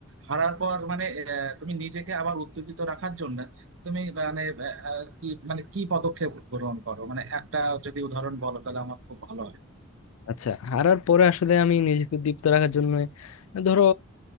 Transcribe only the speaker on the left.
আচ্ছা হারার পরে আসলে আমি নিজেকে দীপ্ত রাখার জন্য ধরো